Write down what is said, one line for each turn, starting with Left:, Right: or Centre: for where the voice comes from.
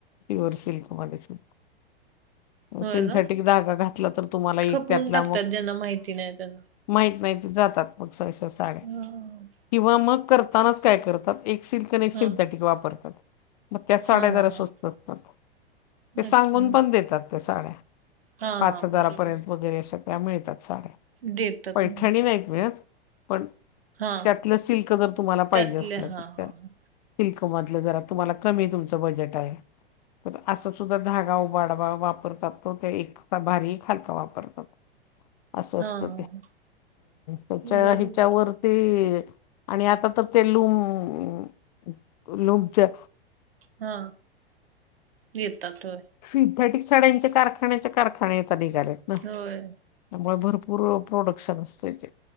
Left: प्युअर सिल्कमध्ये <unintelligible>
Right: होय
Left: सिंथेटिक
Right: ना
Left: धागा घातला, तर तुम्हाला एक
Right: खपवून
Left: त्यायातला
Right: टाकतात
Left: मग
Right: ज्यांना माहिती नाही त्यांना.
Left: माहीत नाही जातात मग सहसा साड्या
Right: हा
Left: किंवा मग करतानाच काय करतात, एक सिल्क आणि एक सिंथटिक
Right: हा
Left: वापरतात. मग त्याच साड्या
Right: हा
Left: जरा
Right: हा
Left: स्वस्त
Right: हा.
Left: असतात. ते सांगून
Right: अच्छा
Left: पण देतात त्या साड्या
Right: हा
Left: पाच
Right: हा
Left: हजारापर्यंत
Right: बरोबर.
Left: वगैरे अश्या त्या मिळतात साड्या.
Right: देतात
Left: पैठणी
Right: म्हणून
Left: नाहीत मिळत पण
Right: हा
Left: त्यातलं सिल्क जर तुम्हाला
Right: त्यातल्या
Left: पाहिजे असलं
Right: हा
Left: तर
Right: हा हा.
Left: सिल्कमधलं जरा, तुम्हाला कमी तुमचं बजेट आहे. तर असा सुद्धा धागा उभा, उडवा वा परतात. तो ते एकसा भारी खालचा वापरतात. असं
Right: हा
Left: असतं
Right: हा
Left: ते.
Right: हा
Left: त्याच्या
Right: बरोबर
Left: हिच्यावर ते आणि आता तर ते, लूम लूमच्या
Right: हा, येतात. होय.
Left: सिंथेटिक साड्यांच्या कारखान्याच्या कारखान्या <unintelligible>
Right: होय.
Left: त्यामुळे भरपूर प्रोडक्शन असतय ते.